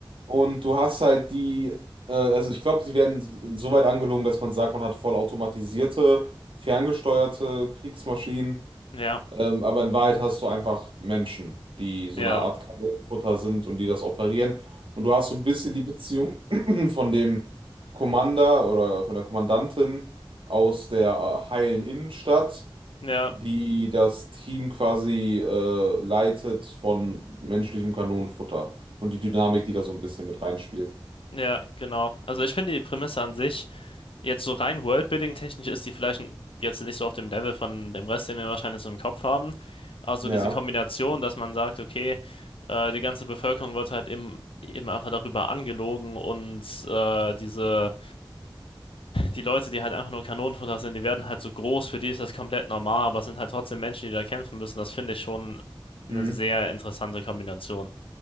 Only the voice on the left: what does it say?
Ja,
ja,
ja,
ja, genau. Also ich finde die Prämisse an sich. Jetzt so rein Worldbuilding-technisch ist die vielleicht jetzt nicht so auf dem Level von dem Rest, den wir wahrscheinlich so im Kopf haben. Also
diese Kombination, dass man sagt, okay, äh, die ganze Bevölkerung wird halt eben, eben einfach darüber angelogen und äh, diese, die Leute, die halt einfach nur Kanonenfutter sind, die werden halt so groß, für die ist das komplett normal, aber es sind halt trotzdem Menschen, die da kämpfen müssen. Das finde ich schon eine
sehr interessante Kombination.